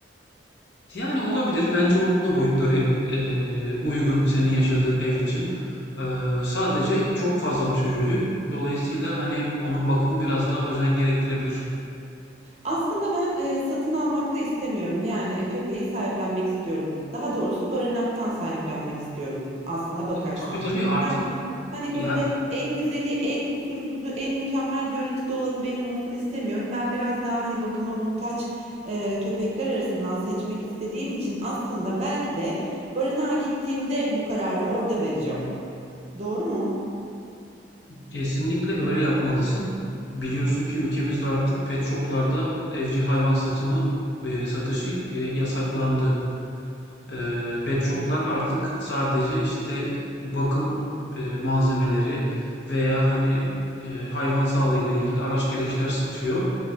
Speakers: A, on the left (about 65°); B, on the right (about 35°).
A: Yani olabilir. Bence onun da boyutları eee, uygun senin yaşadığın ev için. Eee, sadece çok fazla tüylü. Dolayısıyla hani onun bakımı biraz daha özen gerektirebilir.
B: Aslında ben, eee, satın almak da istemiyorum. Yani köpeği sahiplenmek istiyorum. Daha doğrusu barınaktan sahiplenmek istiyorum aslına bakarsan.
A: E, Tabii tabii artık
B: Yani, hani,
A: ya
B: böyle, en güzeli, en kusursuzu, en mükemmel görüntüde olanı benim olsun istemiyorum. Ben biraz daha, hani, bakıma muhtaç, eee, köpekler arasından seçmek istediğim için aslında belki de barınağa gittiğimde bu kararı orada vereceğim. Doğru mu?
A: kesinlikle öyle yapmalısın. Biliyorsun ki ülkemizde artık pet shoplarda evcil hayvan satımı eee, satışı eee, yasaklandı. Eee, pet shop'lar artık sadece işte bakım, eee, malzemeleri veya hani, eee, hayvan sağlığıyla ilgili araç gereçler satıyor.